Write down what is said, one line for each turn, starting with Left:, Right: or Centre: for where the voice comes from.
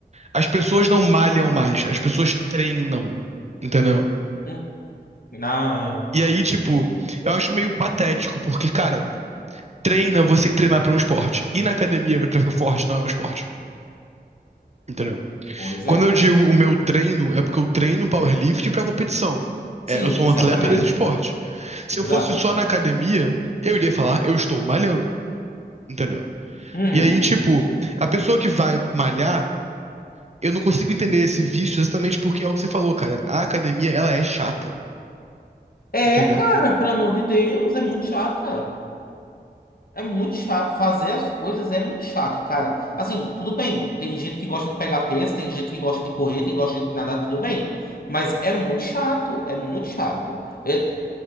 Right: As pessoas não malham mais, as pessoas treinam, entendeu?
Left: Hum. Não.
Right: E aí, tipo, eu acho meio patético, porque, cara, treina, você tem que treinar pra um esporte. E na academia, pra ficar forte, não é um esporte. Entendeu?
Left: Pois
Right: Quando
Left: é.
Right: eu digo o meu treino, é porque eu treino powerlifting pra competição.
Left: Sim,
Right: É, eu sou
Left: exatamente.
Right: um atleta desse esporte. Se
Left: Exato.
Right: eu fosse só na academia, eu iria falar, eu estou malhando. Entendeu?
Left: Uhum.
Right: E aí, tipo, a pessoa que vai malhar, eu não consigo entender esse vício exatamente porque é o que você falou, cara. A academia, ela é chata.
Left: É,
Right: Entendeu?
Left: cara, pelo amor de Deus, é muito chata. É muito chato. Fazer as coisas é muito chato, cara. Assim, tudo bem. Tem gente que gosta de pegar peso, tem gente que gosta de correr, tem gosta de nadar, tudo bem. Mas é muito chato. É muito chato. É,